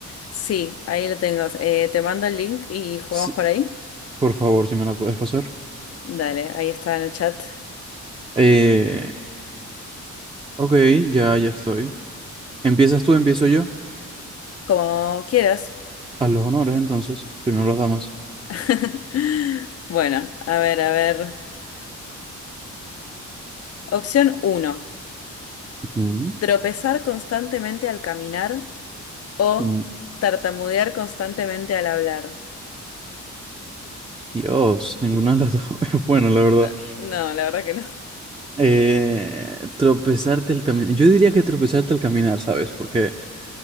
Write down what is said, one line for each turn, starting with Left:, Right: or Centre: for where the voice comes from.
Left: Sí, ahí lo tengo. Eh, te mando el link y jugamos
Right: Sí,
Left: por ahí.
Right: por favor, si me la puedes pasar.
Left: Dale, ahí está en el chat.
Right: Eh, ok, ya, ya estoy. ¿Empiezas tú, empiezo yo?
Left: Como quieras.
Right: A los honores, entonces. Primero las damas.
Left: <laughs> Bueno, a ver, a ver. Opción uno:
Right: Ujú.
Left: Tropezar constantemente al caminar o
Right: Mm,
Left: tartamudear constantemente al hablar.
Right: Dios, ninguna de las dos <laughs> es bueno, la verdad.
Left: No, no, la verdad que no.
Right: Eh, tropezarte al caminar. Yo diría que tropezarte al caminar, ¿sabes? Porque